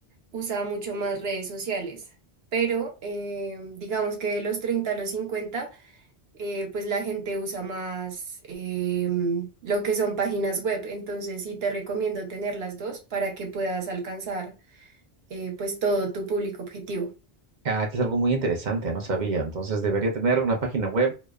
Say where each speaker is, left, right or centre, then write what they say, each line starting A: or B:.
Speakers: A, on the right; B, on the right.
A: usaba mucho más redes sociales, pero eh, digamos que de los 30 a los 50, eh, pues la gente usa más em, lo que son páginas web, entonces sí te recomiendo tener las dos para que puedas alcanzar eh, pues todo tu público objetivo.
B: Ah, que es algo muy interesante, no sabía. Entonces debería tener una página web